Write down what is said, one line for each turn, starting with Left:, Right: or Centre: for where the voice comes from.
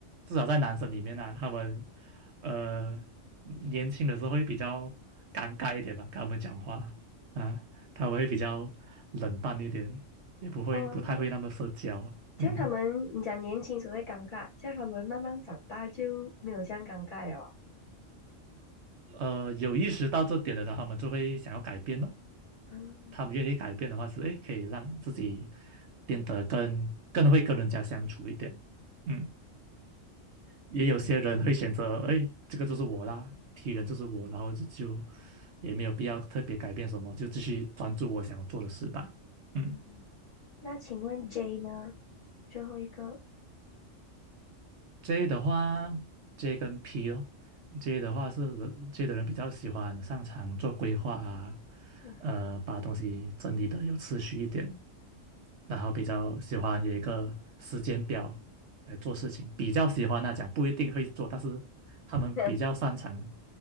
Right: 至少在男生里面呢、啊他们呃年轻的时候会比较尴尬一点吧，跟他们讲话啊，他们会比较冷淡一点，也不会不太会那么社交。
Left: 哦，这样他们，
Right: 嗯，
Left: 你讲年轻时候会尴尬，这样他们慢慢长大就没有这样尴尬了啊。
Right: 呃，有意识到这点的呢，他们就会想要改变咯。
Left: 嗯
Right: 他们愿意改变的话是，诶，可以让自己变得更更会跟人家相处一点。嗯。也有些人会选择，哎，这个就是我啦，T 人就是我，然后就就也没有必要特别改变什么，
Left: 嗯
Right: 就继续专注我想要做的事吧。嗯
Left: 嗯，那请问 J 呢？最后一个，
Right: ，J 的话，J 跟 P 哦，J 的话是人 J 的人比较喜欢擅长做规划啊，
Left: 嗯，
Right: 呃，把东西整理的有次序一点，然后比较喜欢有一个时间表来做事情，比较喜欢那讲不一定会做，但是他们比较擅长
Left: <laughs>